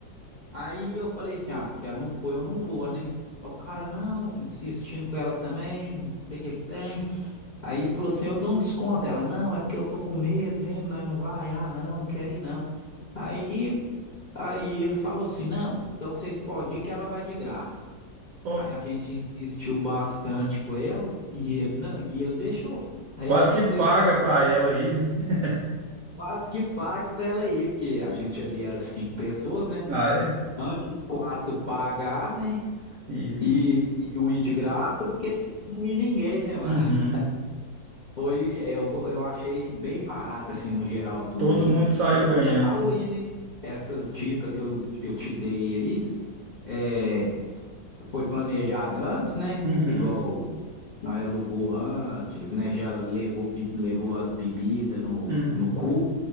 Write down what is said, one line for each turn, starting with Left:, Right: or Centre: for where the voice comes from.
Left: Aí eu falei assim, ah, se ela não for, eu não vou, né? Aí o cara, não, insistindo com ela também, não sei o que que tem. Aí falou assim, eu dou um desconto. Ela, não, é porque eu tô com medo mesmo, nós não vai. Ah, não, não quero ir não. Aí... Aí ele falou assim: não, então vocês podem ir que ela vai de graça.
Right: Ó,
Left: Aí a gente insistiu bastante com ela <laughs> e ele, não, e ele deixou. Aí
Right: quase
Left: a gente
Right: que paga
Left: foi de graça,
Right: pra ela aí, né? <laughs>
Left: quase que paga para ela ir, porque a gente ali era cinco pessoas, né?
Right: Ah, é?
Left: Antes quatro pagar, né?
Right: Isso.
Left: E, e um ir de graça do que não ir ninguém, né, Márcio?
Right: Uhum.
Left: Foi, eu, go- eu achei bem barato, assim, no geral, tudo
Right: Todo
Left: aí.
Right: mundo saiu
Left: Igual
Right: ganhando.
Left: você falou aí, né? Essas dicas que eu, que eu te dei aí. é, foi planejado antes, né?
Right: Uhum.
Left: Igual nós alugou antes, né? Já levou, bi- levou as bebidas no,
Right: Uhum.
Left: no cu,